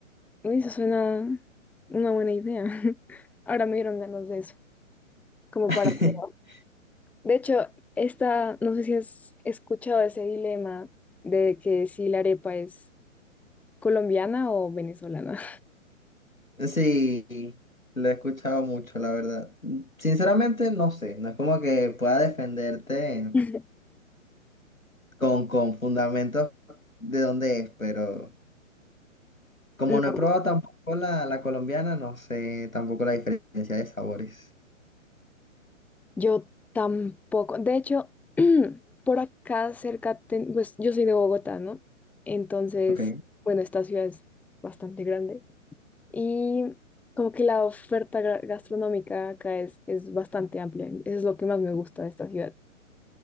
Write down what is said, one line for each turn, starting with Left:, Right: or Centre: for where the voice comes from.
Centre: uy, eso suena una buena idea. <laughs> Ahora me dieron ganas de eso, como
Left: <laughs>
Centre: para probar. De hecho, esta, no sé si has escuchado ese dilema de que si la arepa es colombiana o venezolana.
Left: Sí, lo he escuchado mucho, la verdad. Sinceramente, no sé, no es como que pueda defenderte
Centre: <laughs>
Left: con, con fundamentos de dónde es, pero como
Centre: No,
Left: no he probado tampoco la, la colombiana, no sé tampoco la diferencia de sabores.
Centre: yo tampoco. De hecho, <clears throat> por acá cerca, ten- pues yo soy de Bogotá, ¿no? Entonces,
Left: Ok.
Centre: bueno, esta ciudad es bastante grande y como que la oferta gra- gastronómica acá es, es bastante amplia. Eso es lo que más me gusta de esta ciudad.